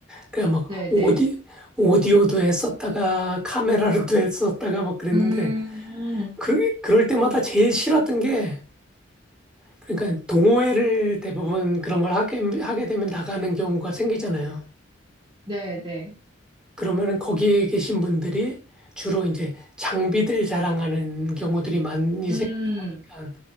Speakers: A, in the centre; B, on the right.
A: 그러니까 막
B: 네네.
A: 오디, 오디오도 했었다가 카메라로도 <laughs> 했었다가 막 그랬는데
B: 음,
A: 그, 그럴 때마다 제일 싫었던 게 그러니까 동호회를 대부분 그런 걸 하게, 하게 되면 나가는 경우가 생기잖아요.
B: 네네.
A: 그러면은 거기에 계신 분들이 주로 이제 장비들 자랑하는 경우들이 많이
B: 음,
A: 생기다 보니까